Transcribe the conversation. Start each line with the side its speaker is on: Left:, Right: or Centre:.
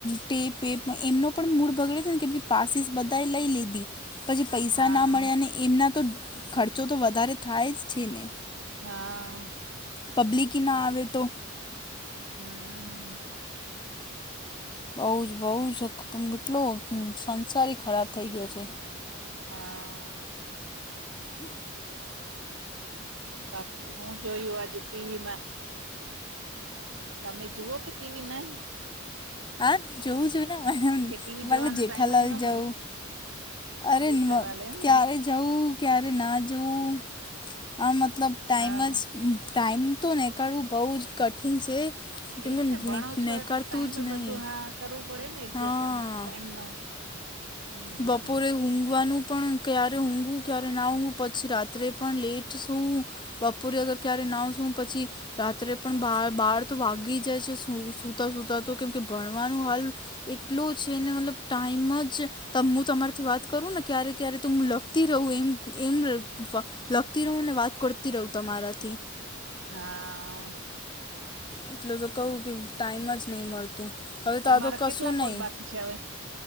Left: ટેપ વેપ એમનો પણ મૂળ ભગડે છે ને કેમ કે પાસીસ બધા લઈ લીધી પછી પૈસા
Right: હા
Left: ના મળ્યા અને એમના તો ખર્ચો તો વધારે થાય જ છે ને.
Right: હા આ આ.
Left: પબ્લિકીના આવે તો
Right: હમ્મમ.
Left: બઉ જ બઉ જ એકદમ કેટલો સંસારી ખરાબ થઇ ગયો છે.
Right: હાઆઆ
Left: હા
Right: બાકી હું જોયુું આજે ટીવીમાં તમે જુઓ કે ટીવી નહી?
Left: હા જોવું છું ના હું એમ
Right: કે ટીવી
Left: મતલબ
Right: જોવાનો
Left: જેઠાલાલ
Right: ટાઈમ જ ન મળે
Left: જોવું અરે
Right: જેઠાલાલ
Left: મ
Right: એમ
Left: ક્યારે
Right: ને
Left: જવું ક્યારે ના જવું આ મતલબ ટાઈમ
Right: હા
Left: જ ટાઈમ તો નેકાળવું બહુ જ કઠિન છે. તે
Right: એજ
Left: મેં
Right: ને ભણો
Left: નીક-
Right: છો
Left: નીકળતું
Right: એટલે ટાઈમે
Left: જ નહીં
Right: બધું હા આ કરવું પડે ને એક્જેશન
Left: હા
Right: ટાઈમ નો હમ હમ
Left: બપોરે ઊંઘવાનું પણ ક્યારે ઊઘું, ક્યારે ના ઊઘું પછી રાત્રે પણ લેટ સૂવું બપોરે અગર ક્યારે ના સૂવું પછી રાત્રે પણ બાર બાર તો વાગી જાય છે સૂ સૂતા તો કેમકે ભણવાનું હાલ એટલું છે ને મતલબ ટાઈમ જ તમ હું તમારીથી વાત કરું ને ક્યારે ક્યારે તો હું લખતી રહું એમ એમ ર ફ લખતી રહું ને વાત કરતી રહું તમારાથી.
Right: હા
Left: એટલે તો કહું કે ટાઈમ જ નહી મળતુ હવે તો
Right: તમારા
Left: આ તો કશું
Right: કેટલા કોલ
Left: નહી,
Right: બાકી છે હવે